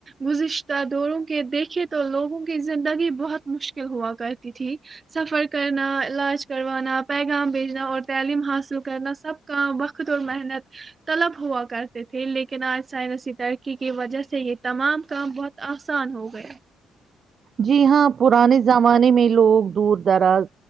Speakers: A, on the right; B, on the right.
A: گذشتہ دوروں کے دیکھے تو لوگوں کی زندگی بہت مشکل ہوا کرتی تھی سفر کرنا علاج کروانا پیغام بھیجنا اور تعلیم حاصل کرنا سب کا وقت اور محنت طلب ہوا کر تھے لیکن آج سائنسی ترقی کی وجہ سے یہ تمام کام بہت آسان ہو گیا
B: جی ہاں پرانے زمانے میں لوگ دور دراز